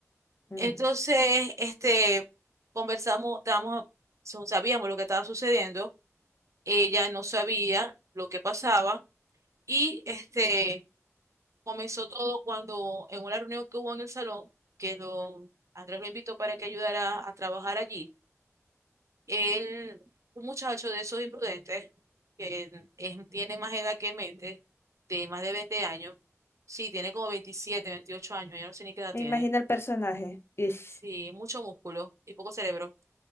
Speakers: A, on the left (about 50°); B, on the right (about 70°).
A: Ujú.
B: Entonces, este, conversamos, estábamos, so, sabíamos lo que estaba sucediendo Ella no sabía lo que pasaba y este comenzó todo cuando en una reunión que hubo en el salón, que don Andrés lo invitó para que ayudara a trabajar allí, él, un muchacho de esos imprudentes, que es- tiene más edad que Mete, de más de 20 años, sí, tiene como 27 28 años, yo no sé ni qué edad
A: Me
B: tiene,
A: imagino el personaje. Ish.
B: sí, mucho músculo y poco cerebro,